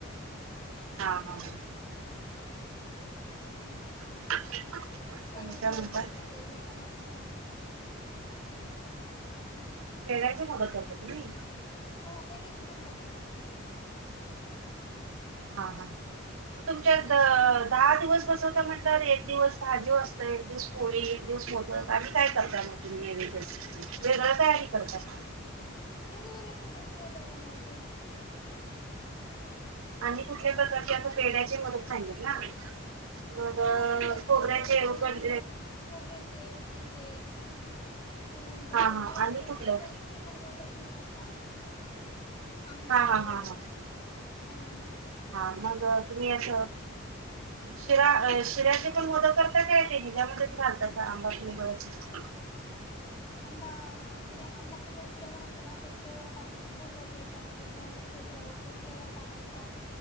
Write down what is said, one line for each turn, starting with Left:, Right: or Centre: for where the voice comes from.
Right: हा हां.
Left: आणि
Right: <inaudible>
Left: पेडे,
Right: काय
Left: मोदक
Right: म्हणताय
Left: वगैरे हे पण असतं.
Right: पेढ्याचे मोदक करता तुम्ही?
Left: हो, पेड्याचे पण करतो.
Right: हा हा, मग तुमच्या
Left: हम्म.
Right: दहा दिवस बसवता म्हण? तर एक दिवस भाजी असतं, एक दिवस पोळी, एक दिवस मोदक आणि काय करता मग तुम्ही हे? वेगळं तयारी करतंय.
Left: वेगवेगळ्या प्रकारचे मोदक बनवायचे.
Right: आणि कुठल्या प्रकारची आता पेढ्याचे मोदक खाल्लेत ना? मग
Left: हा पेढ्याचे
Right: खोबऱ्याचे
Left: त्याच्यानंतर
Right: पण.
Left: खोबऱ्याचे, उकडीचे, त्यानंतर
Right: हा
Left: अजून
Right: हा
Left: वेगवेगळे
Right: आणि कुठलं
Left: फ्लेवर्स चे पण मोदक भेटतात ना, आंबा
Right: हा हा
Left: वगैरे
Right: हा हा
Left: असं हं.
Right: हा, मग तुम्ही असं. शिरा, शिऱ्याचे पण मोदक करता काय ते, हे ज्यामध्येच घालता आंबा फ्लेवर? ब <unintelligible>
Left: आंबा म्हणजे आंब्याचा जो फ्लेवर असतो ना, ते फ्लेवर टाकून खूप राज याच्यामध्ये गूळ खोबरं. ते फ्लेवर टाकायचा.